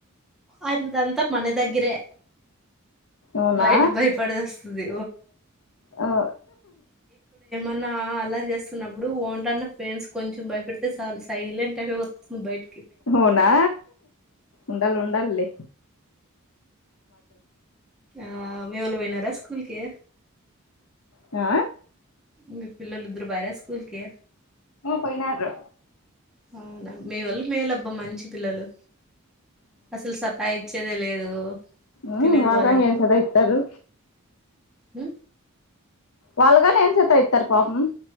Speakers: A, in the centre; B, on the left.
A: అద అంతా మనదగ్గిరే
B: అవునా
A: బయట భయపడి చస్తుంది
B: ఆ
A: అన్నా అలా చేస్తున్నప్పుడు ఓన్న్న ఫ్రెండ్స్ కొంచెం భయపెడితే చాలు సైలెంట్ అయి వస్తుంది బయట
B: అవునా ఉండాల ఉండాలలే
A: ఆ మీ వాళ్ళు పోయినర స్కూల్ కి
B: ఆ
A: మీ పిల్లలిదరు పోయారా స్కూల్ కి
B: పోయినారు
A: అవునా మీ వలు మేలు ఆబ్బా మంచి పిల్లలు అసలు సతా ఇచ్చేదే లేదు
B: ఉ
A: తినేది
B: వాల్గంగా
A: బా
B: ఏన్ సదా ఇత్తారు
A: హ
B: వాళ్ళగానీ ఏం చత ఇస్తారు పాపం